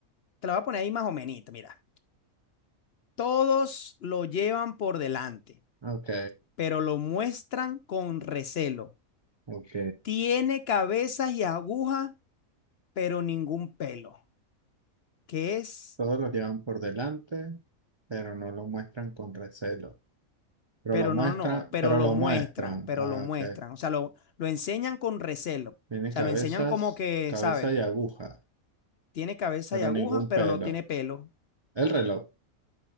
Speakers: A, on the left; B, on the right.
A: Te la voy a poner ahí más o menos, mira. Todos lo llevan por delante,
B: Ok,
A: pero lo muestran con recelo.
B: ok.
A: Tiene cabezas y agujas pero ningún pelo, que es,
B: Todos los llevan por delante, pero no lo muestran con recelo. Pero
A: pero
B: lo muestran,
A: no, no, pero
B: pero
A: lo
B: lo
A: muestran,
B: muestran.
A: pero
B: Ah,
A: lo muestran,
B: ok.
A: o sea, lo, lo enseñan con recelo, o
B: Tiene
A: sea,
B: cabezas,
A: lo enseñan como que,
B: cabeza
A: ¿sabes?
B: y aguja,
A: Tiene cabeza
B: pero
A: y aguja,
B: ningún
A: pero
B: pelo.
A: no tiene pelo.
B: El reloj,